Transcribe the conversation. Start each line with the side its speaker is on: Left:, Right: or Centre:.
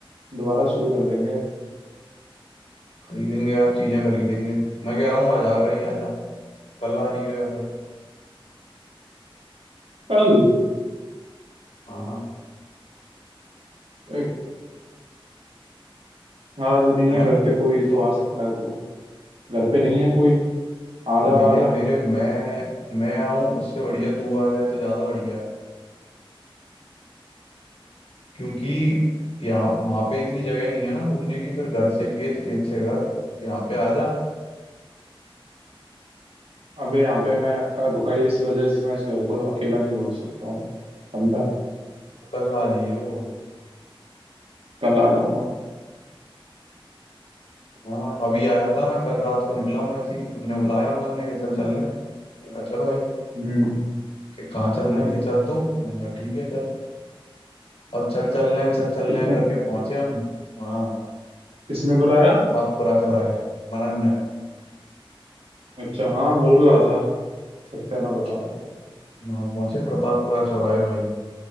Right: दोबारा शुरू कर देंगे
Left: खरीदेंगे यार चीजें खरीदेंगे मैं कह रहा हूँ आज आगरा ही आ जा कल आ जाइयो अगर
Right: कल
Left: हाँ
Right: एक, आज नहीं
Left: है
Right: है घर पे कोई तो आ सकता है तू घर पे नहीं है कोई आ जा
Left: भैया
Right: आ जा
Left: मेरे मैं मैं आऊं उससे बढ़िया तू आ जाए तो ज्यादा बढ़िया है क्योंकि यहाँ वहां पे इतनी जगह नहीं है ना घूमने की फिर घर से खेत खेत से घर यहाँ पे आ जा
Right: अबे यहाँ पे मैं अ, रुका ही इस वजह से मैं इस घर को अकेला नहीं छोड़ सकता हूँ समझा
Left: कल आ जाइयो
Right: कल आ जाऊंगा
Left: हाँ अभी आया था मैं कल रात को निकला हूँ ऐसे ही उन्होंने बुलाया उन्होंने कि चल चल रहे हैं मैंने कहा चलो भाई
Right: हम्म
Left: कि कहाँ चल
Right: हम्म।
Left: रहे हैं कि चल तू मैंने कहा ठीक है चल अब चल चल रहे हैं चल चल
Right: किसने
Left: रहे हैं करके पहुंचे हम वहाँ
Right: किसने बुलाया
Left: प्रतापपुरा चौराहे मनन ने
Right: अच्छा हाँ बोल रहा था सक्सेना बता रहा
Left: वहाँ पहुंचे प्रतापपुरा चौराहे भाई